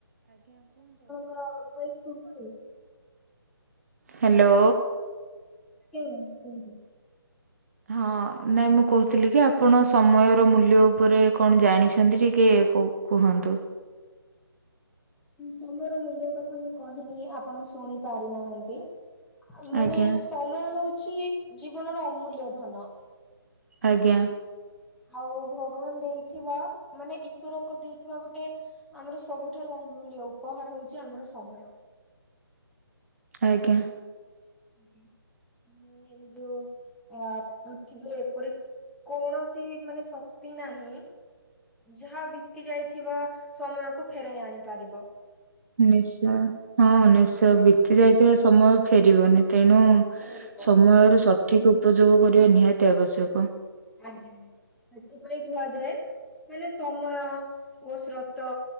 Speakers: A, in the centre; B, on the right (about 35°).
A: ତୋର ଭଏସ୍ ଶୁଭୁନି।
B: ହ୍ୟାଲୋ।
A: କେଉଁ କୁହନ୍ତୁ।
B: ହଁ ନାଇଁ ମୁଁ କହୁଥିଲି କି ଆପଣ ସମୟର ମୂଲ୍ୟ ଉପରେ କଣ ଜାଣିଛନ୍ତି ଟିକେ କଉ କୁହନ୍ତୁ?
A: ଉଁ, ସମୟର ମୂଲ୍ୟ କଥା ମୁଁ କହିଲି ଆପଣ ଶୁଣି ପାରିନାହାନ୍ତି। ଆ, ମାନେ
B: ଆଜ୍ଞା
A: ସମୟ ହଉଛି ଜୀବନର ଅମୂଲ୍ୟ ଧନ।
B: ଆଜ୍ଞା।
A: ଆଉ ଭଗବାନ ଦେଇଥିବା, ମାନେ ଈଶ୍ଵରଙ୍କ ଦେଇଥିବା ଗୋଟେ ଆମର ସବୁଠାରୁ ଅମୂଲ୍ୟ ଉପହାର ହେଉଛି ଆମର ସମୟ।
B: ଆଜ୍ଞା।
A: ଆଜ୍ଞା ମୁଁ ଏଇ ଯୋ ଅ, ପୃଥିବୀରେ ଏପରି କୌଣସି ମାନେ ଶକ୍ତି ନାହିଁ ଯାହା ବିତି ଯାଇଥିବା ସମୟକୁ ଫେରାଇ ଆଣିପାରିବ।
B: ନିଶ୍ଚୟ ହଁ ନିଶ୍ଚ
A: ଆଜ୍ଞା
B: ବିତି ଯାଇଥିବା ସମୟ ଫେରିବନି। ତେଣୁ
A: ଫେରିବନି
B: ସମୟର
A: ଆଜ୍ଞା।
B: ସଠିକ ଉପଯୋଗ କରିବା ନିହାତି ଆବଶ୍ୟକ।
A: ଆଜ୍ଞା ଆଜ୍ଞା ସେଥିପାଇଁ କୁହାଯାଏ ମାନେ ସମୟ ଓ ସ୍ରୋତ